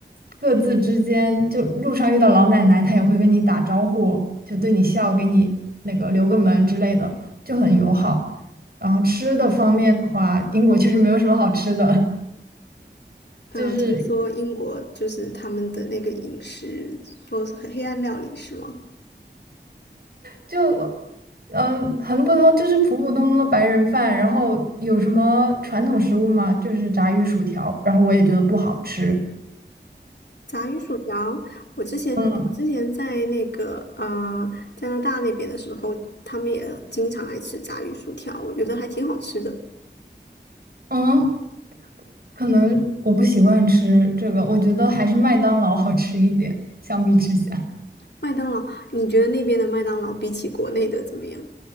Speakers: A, on the right; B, on the left.
A: 各自之间，就路上遇到老奶奶，她也会跟你打招呼，就对你笑，给你那个留个门之类的，就很友好。然后吃的方面的话，
B: 嗯
A: 英国确实没有什么好吃的，
B: 啊，
A: <laughs> 就是。
B: 听说英国就是他们的那个饮食，说是黑暗料理是吗？
A: 就嗯、呃很普通，就是普普通通的白人饭。然后有什么传统食物吗？就是炸鱼薯条，然后我也觉得不好吃。
B: 炸鱼薯条，我之前我之前在那个呃加拿大那边的时候，
A: 嗯
B: 他们也经常爱吃炸鱼薯条，我觉得还挺好吃的。
A: 嗯，可能我不习惯吃这个，我觉得还是麦当劳好吃一点，相比之下。
B: 麦当劳，你觉得那边的麦当劳比起国内的怎么样？